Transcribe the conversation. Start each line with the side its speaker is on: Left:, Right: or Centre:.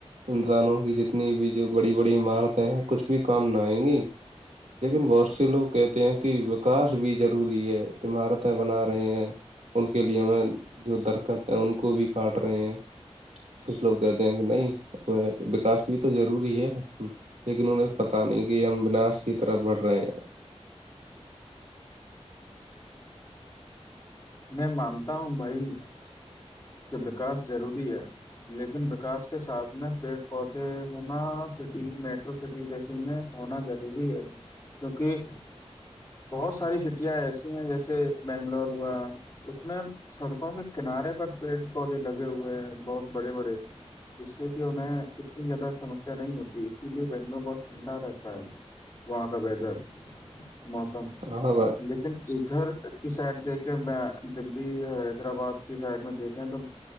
Right: انسانوں کی جتنی بھی جو بڑی بڑی عمارتیں ہیں کچھ بھی کام نہ آئیں گی لیکن بہت سے لوگ کہتے ہیں کہ کاش بھی ضروری ہے عمارتیں بنا رہے ہیں ان کے لیے ہم جو درکت ہیں ان کو بھی کاٹ رہے ہیں کچھ لوگ کہتے ہیں کہ نہیں وکاس بھی تو ضروری ہے لیکن انہیں پتاہ نہیں کہ ہم وناش کی طرف بڑھ رہے ہیں
Left: میں مانتا ہوں بھائی کہ وکاس ضروری ہے لیکن وکاس کے ساتھ میں پیڑ پودے ہونا سٹی میٹرو سٹی جیسی میں ہونا ضروری ہے
Right: <inaudible>
Left: کیونکہ بہت ساری سٹیاں ایسی ہیں جیسے بنگلور ہوا اس میں سڑکوں کے کنارے پر پیڑ پودے لگے ہوئے ہیں بہت بڑے بڑے جس سے کہ انیں اتنی زیادہ سمسیا نہیں ہوتی اسی لیے بنگلور بہت ٹھنڈا رہتا ہے وہاں کا ویدر موسم
Right: ہاں بھائی
Left: لیکن ادھر کی سائڈ دیک کے میں دلی حیدرآباد کی سائڈ میں دیکھیں تو <unintelligible>